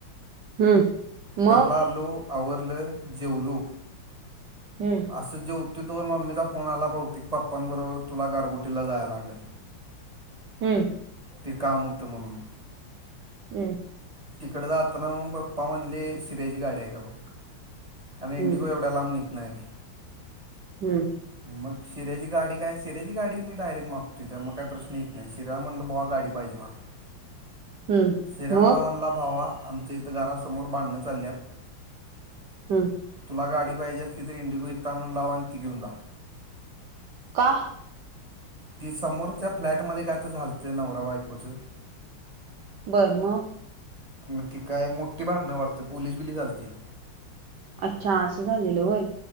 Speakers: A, on the right (about 65°); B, on the right (about 20°).
A: हम्म मग
B: घरला आलो आवरलं जेवलो
A: हम्म
B: असं जेव तो तोवर मम्मीचा फोन आला बहूतेक पप्पां बरोबर तुला गारगोटीला जाया लागल
A: हम्म.
B: ते काम व्हतं म्हणून.
A: हम्म
B: तिकड जाताना मग पप्पा म्हणले, शिर्याची गाडी आहे का बघ. आणि इंडिगो
A: हम्म
B: एवढ्या लांब नित नाही मी.
A: हम्म
B: मग शिर्याची गाडी काय शिर्याची गाडी मी डायरेक्ट मागतोय. त्या मग काय प्रश्न येत नाही. शिराला म्हणलं भावा गाडी गाडी पाहिजे मला.
A: <inaudible> हम्म
B: शीऱ्या
A: मग
B: माला म्हणला, भावा आमच्या इथं घरासमोर भांडणं चालल्यात.
A: हम्म
B: तुला गाडी पाहिजे असली तरी इंडिगो इथं आणून लाव, आणि ती घेऊन जा.
A: का
B: ती समोरच्या फ्लॅट मध्ये काय तर झालतं नवरा बायकोचं.
A: बरं मग
B: मग ती काय मोठी भांडणं वाटतं पोलीस बिलीस आलते.
A: अच्छा असं झालेलं होय.